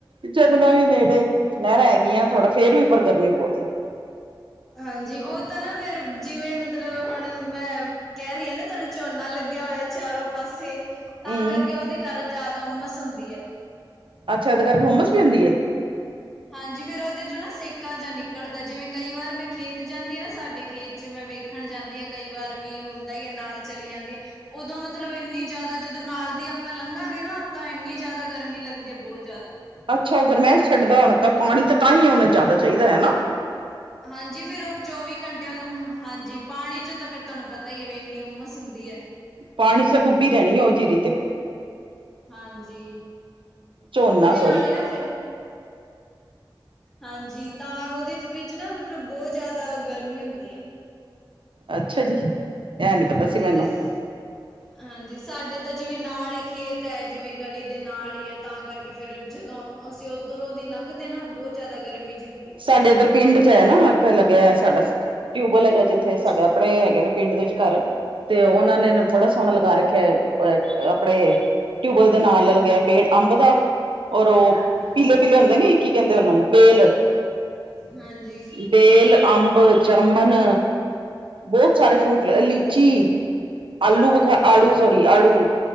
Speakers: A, on the right; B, in the centre.
A: ਜਮਨਾ ਵੀ ਨੇੜੇ, ਨੈਰਾਂ ਹੈਗੀਆਂ ਥੋੜ੍ਹਾ ਫੇਰ ਵੀ ਪਰ ਗਰਮੀ ਬੋਤ ਆ।
B: ਹਾਂਜੀ, ਓ ਤਾਂ ਨਾ ਫੇਰ ਜਿਵੇਂ ਮਤਲਬ ਹੁਣ ਵੀ ਮੈਂ ਕੈ ਰੀ ਆ ਨਾ ਤੁਆਨੂੰ ਝੋਨਾ ਲੱਗੇਆ ਹੋਯਾ ਚਾਰੋਂ ਪਾਸੇ ਤਾਂ
A: ਹਮ
B: ਕਰਕੇ ਉਹਦੇ ਕਾਰਨ ਜਾਦਾ ਉਮਸ ਹੁੰਦੀ ਐ।
A: ਅੱਛਾ। ਇਦੇ ਕਰਕੇ ਹੋਮਸ ਵੀ ਹੁੰਦੀ ਏ।
B: ਹਾਂਜੀ ਫੇਰ ਉਹਦੇ ਚੋਂ ਨਾ ਸੇਕਾ ਜੇਹਾ ਨਿਕਲਦੈ ਜਿਵੇਂ ਕਈ ਵਾਰ ਮੈਂ ਖੇਤ ਜਾਂਦੀ ਆ ਨਾ ਸਾਡੇ ਖੇਤ ਚ ਮੈਂ ਵੇਖ ਦੇਖਣ ਜਾਂਦੀ ਐ ਕਈ ਵਾਰ ਵੀ ਹੁੰਦਾ ਈਐ ਨਾਲ ਚਲੀ ਜਾਂਦੀ ਐ ਉਦੋਂ ਮਤਲਬ ਇੰਨੀ ਜਾਦਾ ਜਦੋਂ ਨਾਲ ਦੀ ਆਪਾਂ ਲੰਘਾਂਗੇ ਨਾ ਤਾਂ ਇੰਨੀ ਜਾਦਾ ਗਰਮੀ ਲੱਗਦੀ ਆ ਬੋਤ ਜਾਦਾ।
A: ਅੱਛਾ। ਉਹ ਗਰਮੈਸ ਛੱਡਦਾ ਹੋਣਾ ਤਾਂ ਪਾਣੀ ਤੇ ਤਾਂ ਈ ਉਨੂੰ ਜਾਦਾ ਚਾਹੀਦੈ ਹਨਾ?
B: ਹਾਂ ਜੀ, ਫਿਰ ਉਹ ਚੌਵੀ ਘੰਟ ਤੇ ਉਨੂੰ ਹ ਹਾਂਜੀ ਪਾਣੀ ਚ ਤਾਂ ਫਿਰ ਤਵਾਨੂੰ ਪਤਾ ਈ ਐ ਵੀ ਇੰਨੀ ਉਮਸ ਹੁੰਦੀ ਐ।
A: ਪਾਣੀ ਚ ਡੁੱਬੀ ਰਹਣੀ ਏ ਉਹ ਜੀਰੀ ਤੇ
B: ਹਾਂਜੀ।
A: ਝੋਨਾ
B: ਔਦੇ ਨਾਲ
A: ਸੋਰੀ
B: ਈ ਨਾ ਫੇਰ ਹਾਂਜੀ, ਤਾਂ ਉਦੇ ਚ ਵਿੱਚ ਨਾ ਮਤਲਬ ਬੋਹ ਜਾਦਾ ਗਰਮੀ ਹੁੰਦੀ ਐ।
A: ਅੱਛਾ ਜੀ। ਇਹ ਨੀ
B: ਹਾਂਜੀ।
A: ਪਤਾ ਸੀ ਮੈਨੂੰ
B: ਤੇ ਸ ਹਾਂਜੀ। ਸਾਡੇ ਤਾਂ ਜਿਵੇਂ ਨਾਲ ਈ ਖੇਤ ਐ, ਜਿਵੇਂ ਗਲੀ ਦੇ ਨਾਲ ਹੀ ਐ, ਤਾਂ ਕਰਕੇ ਫਿਰ ਜਦੋਂ ਅਸੀ ਔਧਰੋਂ ਦੀ ਲੰਘਦੇ ਆ ਨਾ ਬਹੁਤ ਜਾਦਾ ਗਰਮੀ ਜਿ ਹੁੰਦੀ ਏ।
A: ਸਾਡੇ ਇੱਧਰ ਪਿੰਡ ਚ ਐ ਨਾ ਤਾਂ ਲੱਗਆ ਸਾਡਾ ਟਊਬਵੈਲ ਹੈਗਾ
B: ਹੈ
A: ਜਿੱਥੇ
B: ਅੱਛਾ
A: ਸਾਡਾ, ਆਪੜੇ ਹੈਗੇ ਨੇ ਪਿੰਡ ਦੇ ਵਿਚ ਘਰ ਤੇ ਉਹਨਾਂ ਨੇ ਨ
B: ਹਾਂ
A: ਬੜਾ ਸੋਹਣਾ ਲੱਗਾ ਰੱਖਿਐ ਪ ਆਪਣੇ ਟਊਬਵਲ ਦੇ ਨਾਲ ਲੱਗਿਆ ਪੇੜ ਅੰਬ ਦਾ ਔਰ ਉਹ
B: ਅੱਛਾ।
A: ਕਿ ਲਯਾਂਦੇ ਨੀ ਕੀ ਕਹੰਦੇ ਉਨੂੰ ਬੇਲ। <unintelligible>
B: ਹਾਂਜੀ
A: ਬੇਲ, ਅੰਬ, ਜਾਮਣ ਬਹੁਤ ਸਾਰੇ ਫਰੂਟ ਅ ਲੀਚੀ, ਆਲੂ ਬੁਖ,
B: ਅੱਛਾ
A: ਆੜੂ ਸੋਰੀ ਆੜੂ।